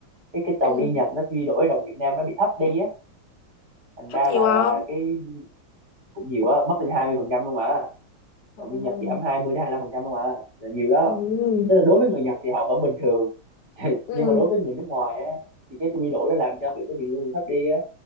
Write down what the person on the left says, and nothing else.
ừ
thấp
nhiều
không
ừ
ừ
ừ